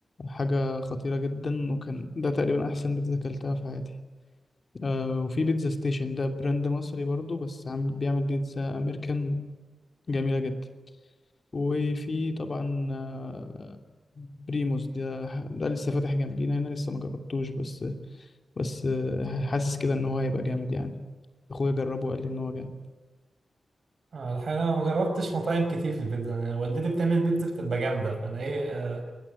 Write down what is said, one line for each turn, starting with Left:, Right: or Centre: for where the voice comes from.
Left: حاجة خطيرة جدا وكان ده تقريبا أحسن بيتزا أكلتها في حياتي آه، وفي بيتزا ستيشن ده براند مصري برضو بس عم بيعمل بيتزا أمريكان جميلة جدا وفي طبعا آه، بريموس ده ده لسه فاتح جنبينا هنا لسه ما جربتوش بس بس آه، حاسس كده ان هو هيبقى جامد يعني اخويا جربه وقال لي ان هو جامد
Right: آه، الحقيقة أنا ما جربتش مطاعم كتير في البيتزا أنا والدتي بتعمل بيتزا بتبقى جامدة أنا إيه آه،